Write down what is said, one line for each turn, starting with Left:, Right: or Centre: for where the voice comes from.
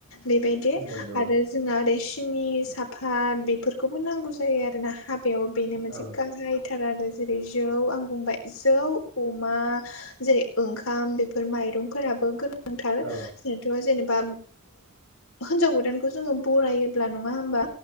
Left: बेबायदि
Right: नंगौ
Left: आरो जोंना ओरै सिनि साफात बेफोरखौबो नांगौ जायो आरोना हाब बेयाव बेनो मोनसे
Right: औ
Left: गाहायथार आरो जेरै जौ आं बुंबाय जौ अमा जेरै ओंखाम बेफोर माइरंफोराबो गोनांथार
Right: औ
Left: जोंथ' जेनेबा हिन्जाव गोदानखौ जोङो बरायोब्ला नङा होमबा